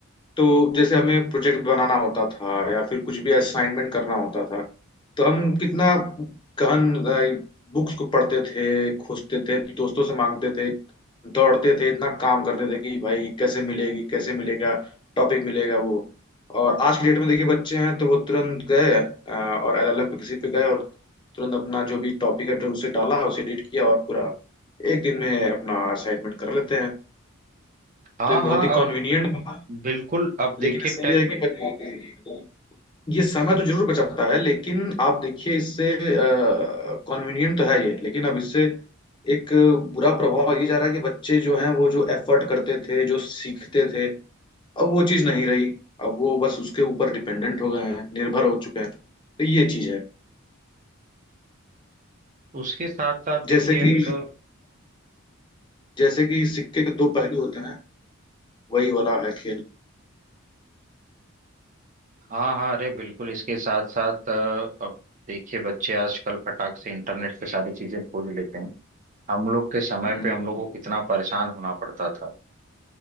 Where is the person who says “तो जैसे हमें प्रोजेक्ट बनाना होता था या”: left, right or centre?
Left